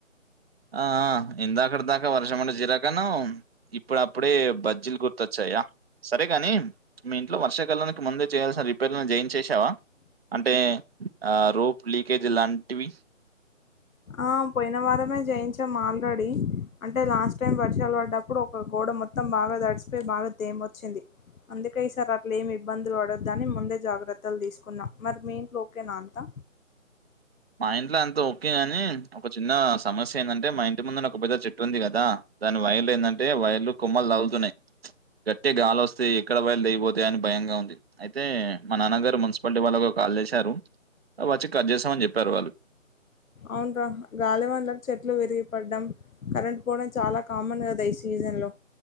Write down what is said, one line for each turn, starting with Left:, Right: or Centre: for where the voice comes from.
Right: ఆ ఆ ఇందాకడ దాక వర్షం మన్ చిరాకన్నవ్ ఇప్పుడ అప్పుడే బజ్జీలు గుర్తొచ్చాయా? సరే గాని మీ ఇంట్లో వర్షాకాలానికి ముందే చేయాల్సిన రిపేర్లను జయిన్ చేషావా? అంటే ఆ రోప్ లీకేజ్ లాంటివి.
Left: ఆ పోయిన వారమే జేయించాం ఆల్రెడీ. అంటే లాస్ట్ టైం వర్షాలు పడ్డప్పుడు ఒక గోడ మొత్తం బాగా దడిసిపోయి, బాగా తేమొచ్చింది. అందుకే ఈ సార్ అట్ల ఏం ఇబ్బందులు పడొద్దని ముందే జాగ్రత్తలు తీసుకున్న, మరి మీ ఇంట్లో ఓకేనా అంతా?
Right: మా ఇంట్లో అంత ఓకె గని, ఒక చిన్న సమస్య ఏందంటే మా ఇంటి ముందున ఒక పెద్ద చెట్టు ఉంది కదా, దాని వైర్లు ఏందంటే వైర్లు కొమ్మలు తగుతున్నయి. గట్టిగ గాలి వస్తే ఎక్కడ వైర్లు తెగి పోతయని భయంగా ఉంది, అయితే మా నాన్నగారు మున్సిపాలిటీ వాళ్ళకు కాల్ చేశారు, వచ్చి కట్ చేస్తామని చెప్పారు వాళ్ళు.
Left: అవును రా గాలి వానలకి చెట్లు విరిగిపడ్డం కరెంట్ పోవడం చాలా కామన్ కదా ఈ సీజన్ లో.